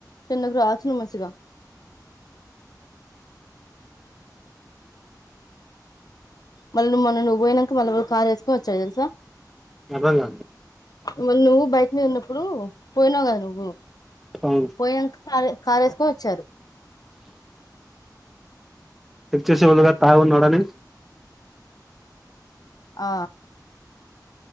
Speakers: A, on the left; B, in the centre.
A: టెన్నకు రావచు మంచిగా మళ్ళీ మన నువ్వు పోయినాక మళ్ళీ వాళ్ళు కార్ వేసుకొని వచ్చ తెలుసా
B: అర్థం కల
A: మళ్ళ నువ్వు బైక్ మీద ఉన్నప్పుడు పోయిన కదా నువ్వు
B: అవును
A: పోయినాంక కా కారేసుకొ వచ్చారు
B: చెక్ చసి ఉల్గ తాగి వునాడు అని
A: ఆ